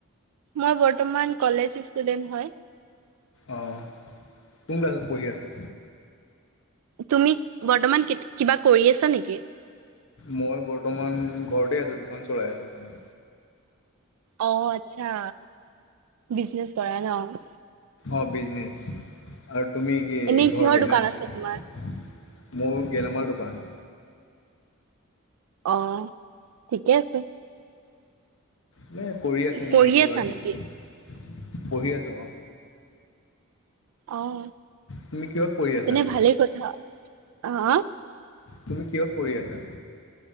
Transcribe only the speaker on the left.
অ', কোন ক্লাছত পঢ়ি আছা?
মই বৰ্তমান ঘৰতে আছো দোকান চলাই আছো মানে।
অ', বিজনেচ আৰু তুমি কি
ঘৰতে
ন'?
মোৰ গেলামাল দোকান।
মানে কৰি আছো
মানে কিবা
কিবি
পঢ়ি আছো অ'।
তুমি কিহত পঢ়ি আছা
তুমি কিহত পঢ়ি আছা?